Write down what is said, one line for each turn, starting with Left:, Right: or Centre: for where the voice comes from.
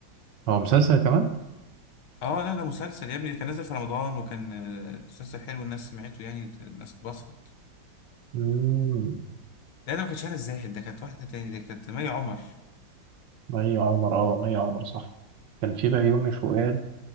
Right: هو مسلسل كمان
Left: اه لا ده مسلسل يا ابني كان نازل في رمضان وكان آه، مسلسل حلو الناس سمعته يعني الناس اتبسطت
Right: مم.
Left: لا ده ما كانتش هنا الزاهد ده كانت واحده تاني ده كانت مي عمر
Right: مي عمر اه مي عمر صح كان في بيومي فؤاد